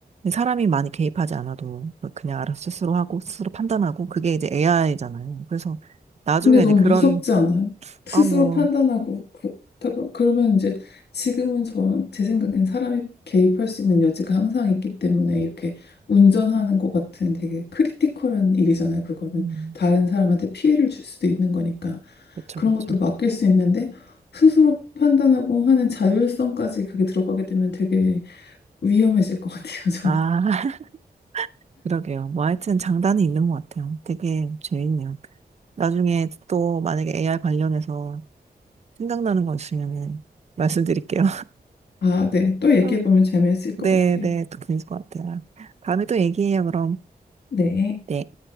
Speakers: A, on the right; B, on the left.
A: 사람이 많이 개입하지 않아도 그냥 알아서 스스로 하고 스스로 판단하고 그게 이제 AI잖아요. 그래서 나중에
B: 근데 너무
A: 이제 그런
B: 무섭지 않아요? 스스로
A: 아 뭐
B: 판단하고 그렇다고 그러면 이제 지금은 저, 제 생각엔 사람이 개입할 수 있는 여지가 항상 있기 때문에 이렇게 운전하는 것 같은 되게 크리티컬한 일이잖아요. 그거는
A: 음,
B: 다른 사람한테 피해를 줄 수도 있는 거니까
A: 그렇죠
B: 그런
A: 그렇죠.
B: 것도 맡길 수 있는데 스스로 판단하고 하는 자율성까지 그게 들어가게 되면 되게 위험해질 것 같아요. <laughs> 저는.
A: 아 <laughs> 그러게요. 뭐 하여튼 장단이 있는 것 같아요. 되게 재밌네요. 나중에 또 만약에 AI 관련해서 생각나는 거 있으면은 말씀드릴게요.
B: 아, 네. 또 얘기해
A: <laughs>
B: 보면 재미있을
A: 네,
B: 것 같아요.
A: 네, 또 그럴 것 같아요. 다음에 또 얘기해요, 그럼.
B: 네.
A: 네.